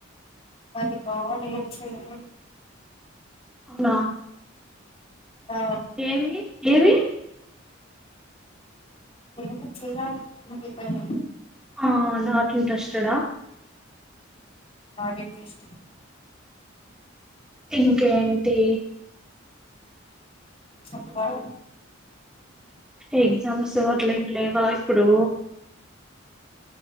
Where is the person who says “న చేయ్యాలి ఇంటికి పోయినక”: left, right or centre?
Left